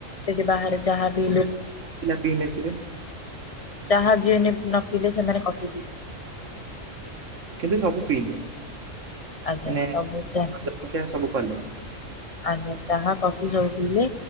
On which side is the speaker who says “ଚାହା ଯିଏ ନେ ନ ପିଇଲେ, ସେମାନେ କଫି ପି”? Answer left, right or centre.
Left